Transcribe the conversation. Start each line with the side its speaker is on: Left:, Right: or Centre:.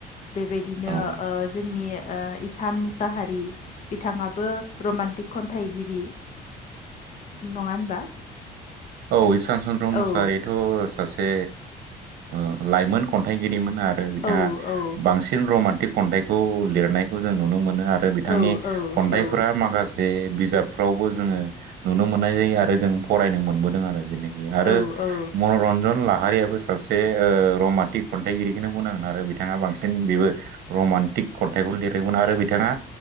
Left: बेबायदिनो
Right: औ
Left: ओ जोंनि ओ इसान मुसाहारि बिथाङाबो रमान्टिक खन्थाइगिरि नङा होनबा
Right: औ इसान चन्द्र मोसाहारिथ'
Left: औ
Right: सासे ओ लाइमोन खन्थाइगिरि मोन आरो बिथाङा
Left: औ औ
Right: बांसिन रमान्टिक खन्थाइखौ लिरनायखौ जों नुनो मोनो आरो बिथांनि
Left: औ औ
Right: खन्थाइफोरा
Left: औ
Right: माखासे बिजाब फ्रावबो जोङो नुनो मोननाय जायो आरो जों फरायनो मोनबोदों आरो जेनेखि आरो
Left: औ
Right: मनरन्जन ला हारियाबो सासे ओ रमान्टिक खन्थाइगिरिखौनो बुंनांगोन आरो बिथाङा बांसिन बेबो रमान्टिक खन्थाइखौ लिरदोंमोन आरो बिथाङा